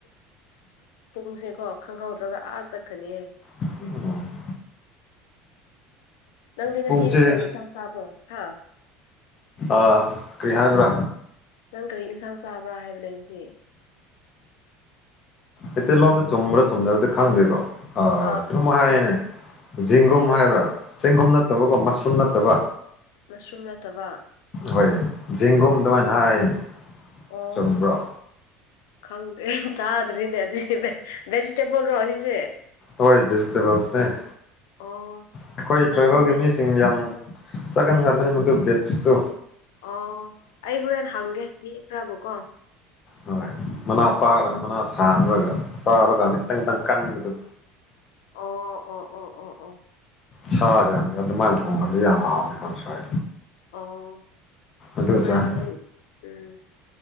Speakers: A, on the left; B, on the left.
A: ꯄꯨꯡꯁꯦꯀꯣ ꯈꯪꯍꯧꯗ꯭ꯔꯒ ꯑꯥ ꯆꯠꯀꯅꯤ
B: ꯑꯣꯝ <inaudible>
A: ꯅꯪꯗꯤ ꯉꯁꯤ
B: ꯄꯨꯡꯁꯦ
A: ꯀꯔꯤ ꯌꯦꯟꯁꯥꯡ ꯆꯥꯕ꯭ꯔꯣ ꯍꯥ
B: ꯑꯁ ꯀ꯭ꯔꯤ ꯍꯥꯏꯕ꯭ꯔꯥ
A: ꯅꯪ ꯀꯔꯤ ꯏꯟꯁꯥꯡ ꯆꯥꯕ꯭ꯔꯥ ꯍꯥꯏꯕꯅꯦ ꯉꯁꯤ
B: ꯃꯩꯇꯩꯂꯣꯟꯣꯟꯗ ꯆꯨꯝꯕ꯭ꯔꯥ ꯆꯨꯝꯗ꯭ꯔꯗꯤ ꯈꯪꯗ꯭ꯦꯀꯣ ꯑ
A: ꯑꯥ
B: ꯀꯩꯅꯝ ꯍꯥꯏꯅꯦ ꯆꯦꯡꯒꯨꯝ
A: ꯀꯔꯤꯔꯣ
B: ꯍꯥꯏꯕ꯭ꯔꯥ ꯆꯦꯡꯒꯨꯝ ꯅꯠꯇꯕꯀꯣ ꯃꯁꯔꯨꯝ ꯅꯠꯇꯕ꯫
A: ꯃꯁ꯭ꯔꯨꯝ ꯅꯠꯇꯕ꯫
B: ꯍꯣꯏ ꯖꯤꯡꯒꯨꯝ ꯑꯗꯨꯃꯥꯏꯅ ꯍꯥꯏꯅꯦ
A: ꯎꯝ꯫
B: ꯆꯨꯝꯕ꯭ꯔꯣ
A: ꯈꯪꯗꯦ ꯇꯥꯗ꯭ꯔꯤꯅꯦꯖꯤ ꯚꯦꯖꯤꯇꯦꯕꯜꯔꯣ ꯑꯁꯤꯁꯦ
B: ꯍꯣꯏ ꯚꯦꯒꯤꯇꯦꯕꯜꯁꯅꯦ꯫
A: ꯑꯣ꯫
B: ꯑꯩꯈꯣꯏ
A: ꯈꯪꯗꯦꯅꯦ
B: ꯇ꯭ꯔꯥꯏꯕꯦꯜꯒꯤ ꯃꯤꯁꯤꯡ ꯌꯥꯝ ꯆꯥꯒꯟꯒꯕꯅꯤ ꯃꯗꯨ ꯚꯦꯁꯇꯨ꯫
A: ꯑꯣ ꯑꯩ ꯍꯣꯔꯦꯟ ꯍꯪꯒꯦ ꯃꯤ ꯈꯔꯕꯨꯀꯣ꯫
B: ꯍꯣꯏ ꯃꯅꯥ ꯄꯥꯔꯒ ꯃꯅꯥ ꯁꯥꯡꯉꯔꯒ ꯆꯥꯕ ꯀꯥꯟꯗ ꯈꯤꯇꯪ ꯈꯤꯇꯪ ꯀꯟꯕꯗꯨ꯫
A: ꯑꯣ ꯑꯣ ꯑꯣ ꯑꯣ ꯑꯣ꯫
B: ꯁꯥꯒꯥ ꯑꯗꯨꯃꯥꯏꯅ ꯊꯣꯡꯕꯗꯤ ꯌꯥꯝ ꯍꯥꯎꯕꯅꯤ ꯀꯥꯡꯁꯣꯏ꯫
A: ꯑꯣ
B: ꯑꯗꯨ
A: ꯍꯣꯔꯦꯟ
B: ꯆꯥꯏ
A: ꯑꯩ ꯎꯝ